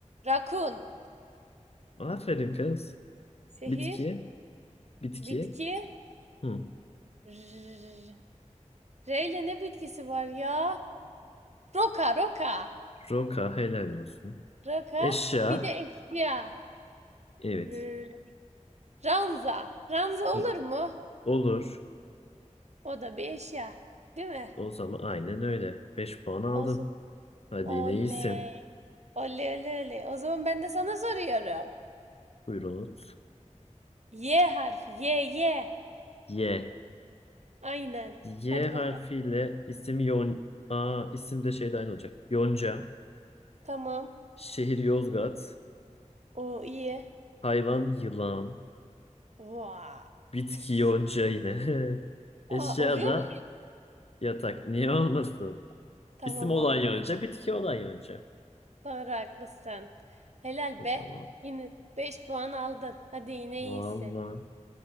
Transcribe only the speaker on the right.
Rakun.
Şehir.
Bitki.
R- R ile ne bitkisi var ya? Roka roka.
Roka.
Bir de eşya.
R- Ranza. Ranza
olur mu?
O da bir eşya. Değil mi?
O zaman
oley.
Oley oley oley. O zaman ben de sana soruyorum.
Y harfi. Y Y.
Aynen.
Hadi bakalım.
Tamam.
O iyi.
Vaa.
Tıs.
Aa,
oluyor
mu?
Tamam
olurum.
Doğru haklısın. Helal
be.
Yine 5 puan aldın. Hadi yine
iyisin.